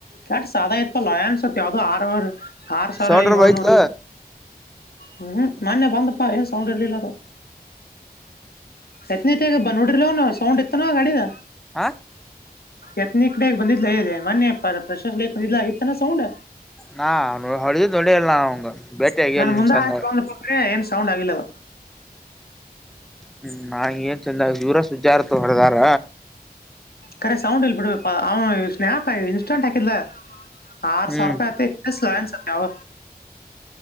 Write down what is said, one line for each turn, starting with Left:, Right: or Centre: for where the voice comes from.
Left: ಕ್ಯಾಟ್ ಸಾಾದಯತ್ಕ ಲಯ ಅನ್ಸತ್ ಯಾವ್ದೋ ಆರ್ ಆರ್ ಸಾವಿರದ
Centre: ಸೌಂಡ್ರ ಬೈತ್ಲ
Left: ಏಳ್ನೂರು ಹ್ಮ್ ಮೊನ್ನೆ ಬಂದಪಾ ಏನ್ ಸೌಂಡ್ ಇರ್ಲಿಲ್ಲ ಅದು ಎತ್ನೈತೆ ಈಗ ಬಂದ ನೋಡ್ರಿಿಲ್ಲವ ಸೌಂಡ್ ಇತ್ತು ನ ಗಡಿದ
Centre: ಹಾ
Left: ಎತ್ನೇ ಕಡೆ ಬಂದಿದಲ ಇದೆ ಮೊೆ ಪ ಪ್ರಶಸ್ಂದಿಲ್ಲ ಈತನ ಸೌಂಡ್
Centre: ನಾ ಅವ ಹೊಳಿದ ತೊೊಂಡಿ ಇರಲ್ಲಾ ಅವಂಗ ಬೇಟೆ ಆಗಲ್ಲ
Left: ನಾನ್
Centre: ನೀನ್
Left: ಮುಂದೆ
Centre: ಚಂದ ಹ್ಮ್
Left: ಹ ಬಂದ್ರೆ ಏನ್ ಸೌಂಡ್ ಆಗಿಲ್ಲ ಅದು
Centre: ಹ್ಮ್ ನಾಂಗ ನ್ ಚಂದ ಇವರ ಸುಜಾರತ ಹೊರದಾರ
Left: ಕರೆ ಸೌಂಡ್ ಇಲ್ ಬಿಡ್ ಅವ ಸ್ನ್ಯಪ್ ಇನ್ಸ್ಟಾಂಟ್ ಹಾಕಿದಲ ಆಾರ
Centre: ಹ್ಮ್
Left: ಸಾವ ರೂಪಾಯತ್ತ ಲನ್ಸತ್ಯವ